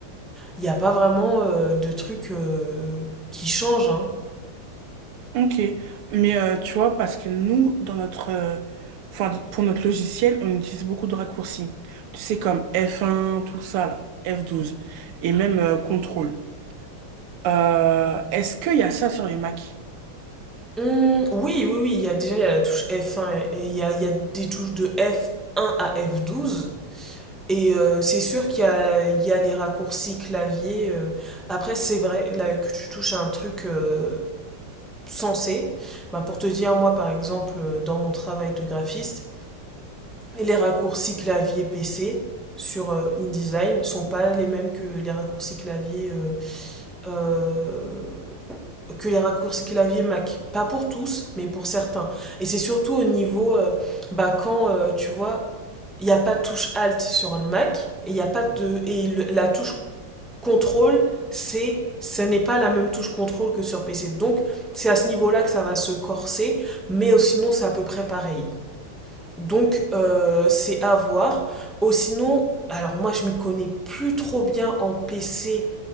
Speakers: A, in the centre; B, on the right (about 80°).
A: il n'y a pas vraiment euh, de trucs euh, qui changent hein.
B: Ok, mais euh, tu vois, parce que nous, dans notre, euh, enfin, pour notre logiciel, on utilise beaucoup de raccourcis. Tu sais, comme F1, tout ça, là, F12, et même euh, contrôle. Euh, est-ce qu'il y a ça sur les Mac?
A: Hum, oui, oui, oui, il y a déjà il y a la touche F1 et il y a, il y a des touches de F1 à F12. Et euh, c'est sûr qu'il y a, il y a les raccourcis clavier. euh. Après, c'est vrai là, que tu touches à un truc. euh, sensé. Bah, pour te dire, moi par exemple, euh, dans mon travail de graphiste, les raccourcis clavier PC sur euh, InDesign sont pas les mêmes que les raccourcis clavier euh, euh, que les raccourcis clavier Mac. Pas pour tous, mais pour certains. Et c'est surtout au niveau euh, bah, quand euh, tu vois, il n'y a pas de touche Alt sur le Mac et il y a pas de et le- la touche contrôle, c'est ce n'est pas la même touche contrôle que sur PC. Donc, c'est à ce niveau-là que ça va se corser, mais sinon, c'est à peu près pareil. Donc, euh, c'est à voir. Au sinon, alors moi, je m'y connais plus trop bien en PC,